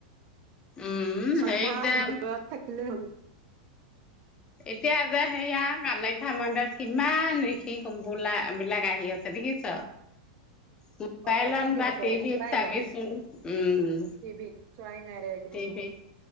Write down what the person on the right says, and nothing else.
শ্ৰদ্ধা
হৃদয়ত থাক <unintelligible>
অ' ক'ত দেখিছ
মোবাইলত
টিভিত চোৱাই নাই দে এইকেইদিন